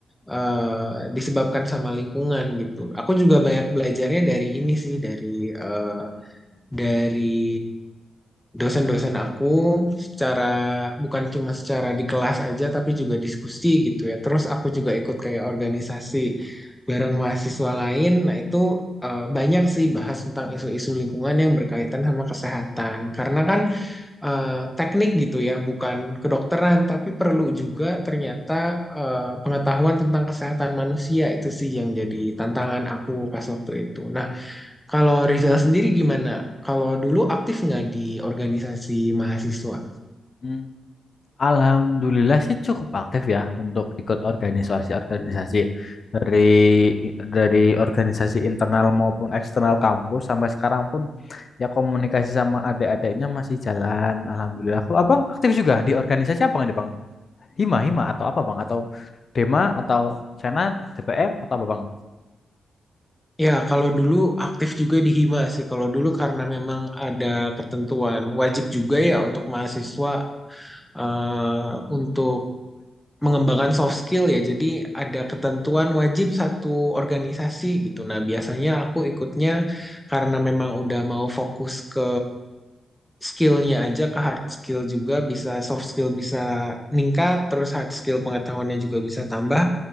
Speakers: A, in the centre; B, on the left (about 40°).
A: eh, disebabkan sama lingkungan gitu. Aku juga banyak belajarnya dari ini sih, dari eh, dari dosen-dosen aku secara bukan cuma secara di kelas aja tapi juga diskusi gitu ya. Terus aku juga ikut kayak organisasi bareng mahasiswa lain. Nah, itu eh, banyak sih bahas tentang isu-isu lingkungan yang berkaitan sama kesehatan. Karena kan eh, teknik gitu ya, bukan kedokteran, tapi perlu juga ternyata eh, pengetahuan tentang kesehatan manusia itu sih yang jadi tantangan aku pas waktu itu. Nah, kalau Rizal sendiri gimana? Kalau dulu aktif nggak di organisasi mahasiswa?
B: Hmm, Alhamdulillah sih cukup aktif ya untuk ikut organisasi-organisasi dari dari organisasi internal maupun eksternal kampus sampai sekarang pun ya komunikasi sama adik-adiknya masih jalan. Alhamdulillah. Kalau Abang aktif juga di organisasi apa nih Bang? Hima, Hima atau apa Bang? Atau Dema atau Senat, DPM atau apa Bang?
A: Ya, kalau dulu aktif juga di Hima sih. Kalau dulu karena memang ada ketentuan wajib juga ya untuk mahasiswa eh, untuk mengembangkan soft skill ya. Jadi ada ketentuan wajib satu organisasi gitu. Nah, biasanya aku ikutnya karena memang udah mau fokus ke skillnya aja ke hard skill juga bisa soft skill bisa meningkat terus hard skill pengetahuannya juga bisa tambah